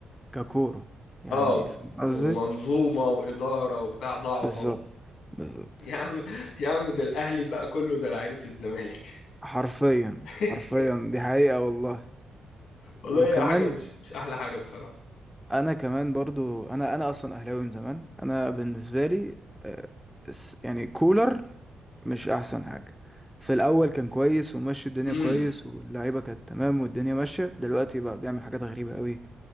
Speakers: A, in the centre; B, on the left (about 75°).
A: ككورة يعني
B: اه
A: فاهم قصدي
B: ومنظومه واداره وبتاع ضاعوا
A: بالظبط
B: خالص
A: بالظبط
B: <laughs> يا عم يا عم ده الاهلي بقى كله زي لعيبه الزمالك
A: وحرفيا
B: <laughs>
A: حرفيا دي حقيقة والله
B: والله
A: وكمان
B: هي حاجه مش مش احلى حاجه بصراحه
A: انا كمان برضو انا انا اصلا اهلاوي من زمان انا بالنسبة لي آه، الس- يعني كولر مش احسن حاجة في الاول كان كويس وماشي الدنيا
B: امم
A: كويس واللعيبة كانت تمام والدنيا ماشية دلوقتي بقى بيعمل حاجات غريبة قوي